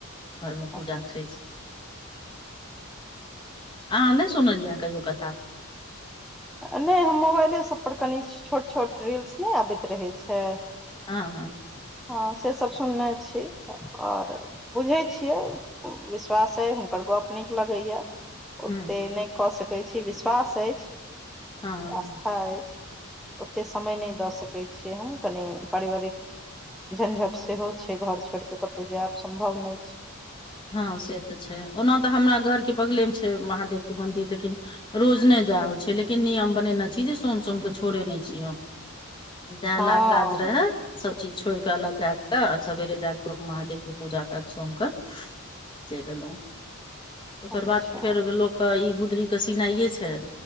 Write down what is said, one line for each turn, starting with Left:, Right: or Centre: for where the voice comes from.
Left: घर मे <inaudible>
Centre: अच्छा
Left: पूजा करै छी आहाँ
Centre: अच्छा
Left: नै सुनलियै कहि कथा
Centre: नै हम मोबाइले सब पर कनि छोट छोट रील्स नहि अबैत रहै छै
Left: हँ हँ
Centre: हँ से सब सुनने छी आओर बुझैत छियै विश्वास अए हुनकर गप्प नीक लगैए ओतेक
Left: हूँ
Centre: नै कऽ सकैत छी विश्वास अछि
Left: हँ
Centre: आस्था अछि <inaudible> ओतेक समय नहि दऽ सकैत छियै हम कनि पारिवारिक झंझट सेहो छै घर छोड़ केँ कतै जायब सम्भव नहि छै
Left: हँ से तऽ छै ओना तऽ हमरा घर केँ बगलेमे छै महादेव केँ मन्दिर लेकिन रोज नहि जा होइ छै लेकिन नियम बनेने छी जे सोम सोम के छोड़े नहि छी हम ज
Centre: हँ
Left: लाग काज रहै सब चीज छोड़ कऽ अलग कै कऽ आ सबेरे जा कऽ महादेव केँ पूजा कै कऽ सोम कऽ <inaudible> चैल अलौ <inaudible> ओकर
Centre: अच्छा
Left: बाद फेर गेलों केँ इ गुदरी केँ सीनाए छै